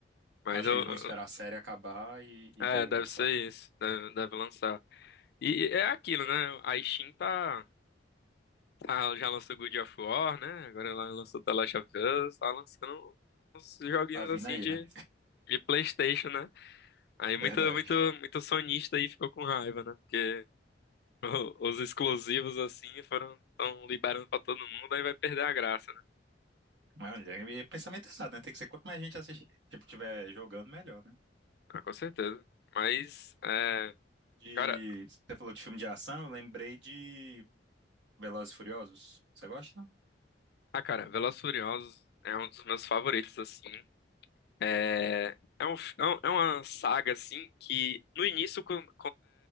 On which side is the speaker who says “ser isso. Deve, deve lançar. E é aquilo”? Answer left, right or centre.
Left